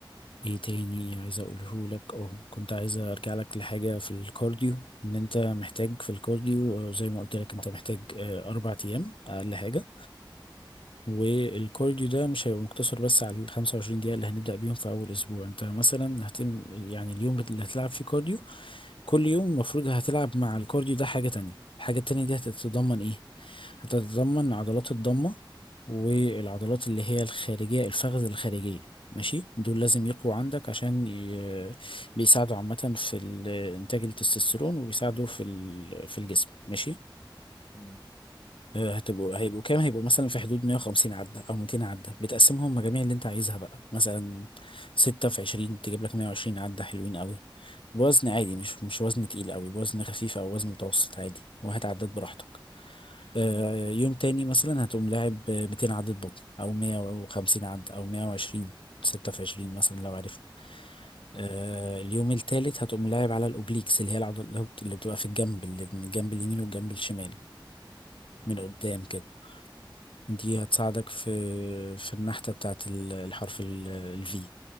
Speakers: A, on the left (about 80°); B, on the left (about 45°).
A: ايه تاني عايز اقوله لك اه كنت عايز ارجع لك لحاجة في الكارديو ان انت محتاج في الكارديو آه، زي ما قلت لك انت محتاج آه، اربع ايام اقل حاجة والكارديو ده مش هيبقى مقتصر بس على ال 25 دقيقة اللي هنبدأ بيهم في أول أسبوع أنت مثلا هتم يعني اليوم اللي هتلعب فيه كارديو كل يوم المفروض هتلعب مع الكارديو ده حاجة تانية الحاجة التانية دي هتتضمن إيه؟ هتتضمن عضلات الضمة والعضلات اللي هي الخارجية الفخذ الخارجية ماشي دول لازم يقووا عندك عشان ي... بيساعدوا عامة في ال- إنتاج التستوستيرون وبيساعدوا في ال... في الجسم ماشي
B: تمام
A: آه، هتبقوا هيبقوا كام هيبقوا مثلا في حدود 150 عدة أو 200 عدة بتقسمهم مجاميع اللي أنت عايزها بقى مثلا ستة في 20 تجيب لك 120 عدة حلوين قوي بوزن عادي مش مش وزن تقيل قوي بوزن خفيف أو وزن متوسط عادي وهات عدات براحتك آه،
B: مم.
A: يوم تاني مثلا هتقوم لاعب آه، 200 عدة بطن أو 150 عدة أو 120 ستة في 20 مثلا لو عرفت
B: مم.
A: آه، اليوم التالت هتقوم لاعب على الأوبليكس اللي هي العضلات اللي بتبقى في الجنب اللي من الجنب اليمين والجنب الشمال
B: اه
A: من قدام كده دي هتساعدك في في النحتة بتاعت ال- الحرف الفي